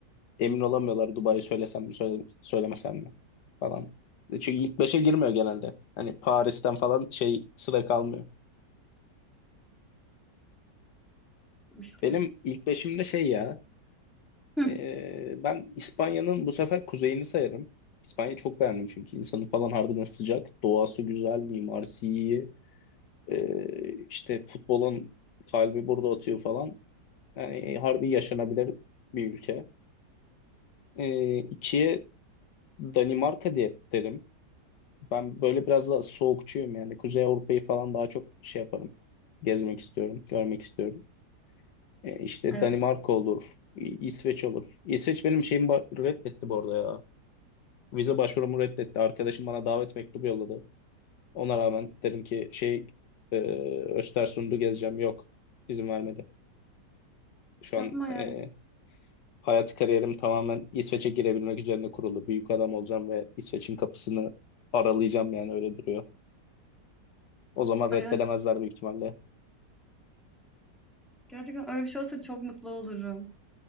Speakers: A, on the left (about 75°); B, in the centre.
A: Emin olamıyorlar Dubai'yi söylesem mi söyle, söylemesem mi falan. E, Çünkü ilk beşe girmiyor genelde. Hani Paris'ten falan şey sıra kalmıyor.
B: işte.
A: Benim ilk beşimde şey ya
B: Hıh.
A: Ee, ben İspanya'nın bu sefer kuzeyini sayarım. İspanya çok beğendim çünkü insanı falan harbiden sıcak. Doğası güzel, mimarisi iyi. Ee, işte futbolun kalbi burada atıyor falan. Yani harbi yaşanabilir bir ülke. Ee, ikiye Danimarka diye derim. Ben böyle biraz da soğukçuyum yani. Kuzey Avrupa'yı falan daha çok şey yaparım. Gezmek istiyorum, görmek istiyorum. Ee, işte
B: Evet.
A: Danimarka olur, İ- İsveç olur. İsveç benim şeyimi ba- reddetti bu arada ya. Vize başvurumu reddetti. Arkadaşım bana davet mektubu yolladı. Ona rağmen dedim ki şey e, Östersund'u gezeceğim. Yok. izin vermedi. Şu
B: Yapma
A: an
B: ya.
A: e, hayat kariyerim tamamen İsveç'e girebilmek üzerine kurulu. Büyük adam olacağım ve İsveç'in kapısını aralayacağım yani öyle duruyor. O zaman
B: Ay,
A: reddedemezler büyük ihtimalle.
B: gerçekten öyle bir şey olsa çok mutlu olurum.